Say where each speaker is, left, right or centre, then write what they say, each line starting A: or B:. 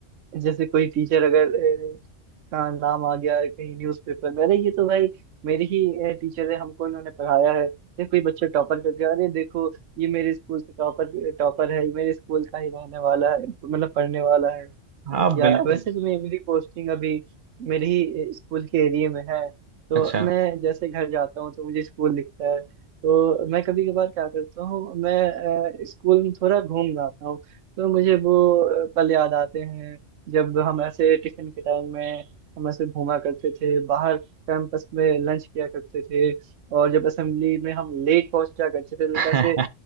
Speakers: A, on the right (about 85°); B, on the right (about 45°).
A: जैसे कोई टीचर अगर अ, का नाम आ गया कहीं न्यूज़पेपर में अरे ये तो भाई मेरी ही टीचर है हमको इन्होंने पढ़ाया है या कोई बच्चा टॉपर कर गया अरे देखो ये मेरे स्कूल से टॉपर टॉपर है ये मेरे स्कूल का ही रहने वाला है मतलब पढ़ने वाला है
B: हाँ
A: या
B: बिल्कुल
A: वैसे तो मेरी मेरी पोस्टिंग अभी मेरे ही स्कूल के एरिया में है तो
B: अच्छा
A: मैं जैसे घर जाता हूँ तो मुझे स्कूल दिखता है तो मैं कभी कभार क्या करता हूँ मैं अ, स्कूल में थोड़ा घूम जाता हूँ तो मुझे वो अ, पल याद आते हैं जब हम ऐसे टिफिन के टाइम में हम ऐसे घूमा करते थे बाहर कैंपस में लंच किया करते थे और जब असेंबली में हम लेट पहुंचा करते थे तो
B: सही
A: कैसे अ,